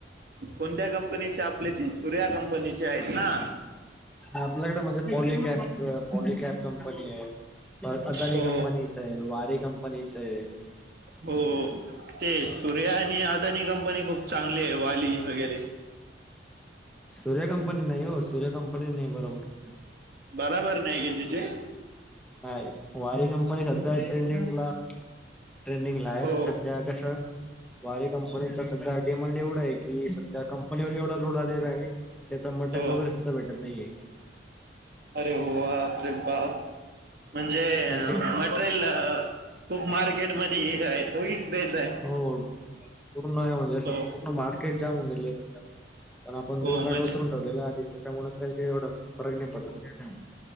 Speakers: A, on the right; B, in the centre.
A: कोणत्या कंपनीचे आपले ती सुर्या कंपनीचे आहेत ना
B: आपल्याकडे म्हणजे पॉलिकॅप पॉलिकॅप कंपनी आहे अदानी
A: हो
B: कंपनी वारी कंपनीचे आहे
A: हो ते सूर््या आणि अदानी कंपनी खूप चांगली आहे वाली वगैरे
B: सूर्य कंपनी नाही हो सूर्य कंपनी नाही बरोबर
A: बराबर नाही कितीेचे
B: ह वारी कंपनी सध्या ट्रेंडिंगला ट्रेंडिंगला आहे
A: हो
B: सध्या कस वारे कंपनीचा सध्या डिमांड एवढा आहे की सध्या कंपनीवर एवढा लोन आलेला आहे त्याचा मटरल
A: हो
B: वगैरे सुद्धा भेटत नाहीये
A: अरे होरे बा म्हणजे
B: म्हणजे
A: मटेरियल खूप मार्केट मध्ये हे आहे तोघ तेच आहे
B: हो पूर्ण म्हणजे अस
A: हो
B: पूर्ण मार्केट जाम होऊन गेले पण आपण
A: हो
B: दोन गाड्या
A: म्हणजे
B: उतरून ठेवलेल्या आधी त्याच्यामुळे काही काही एवढं फरक नाही पडला